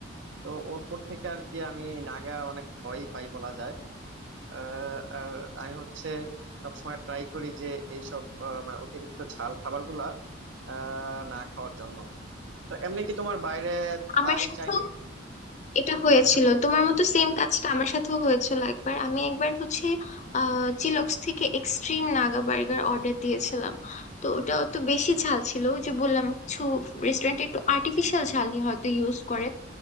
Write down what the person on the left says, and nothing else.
আমার সাথেও
এটা হয়েছিল
তোমার মতো সেম কাজটা আমার সাথেও হয়েছিল একবার আমি একবার হচ্ছে আহ চিলক্স থেকে এক্সট্রিম নাগা বার্গার অর্ডার দিয়েছিলাম তো ওটা তো বেশি ঝাল ছিল ওই যে বললাম কিছু রেস্টুরেন্টে একটু আর্টিফিশিয়াল ঝালই হয়তো ইউজ করে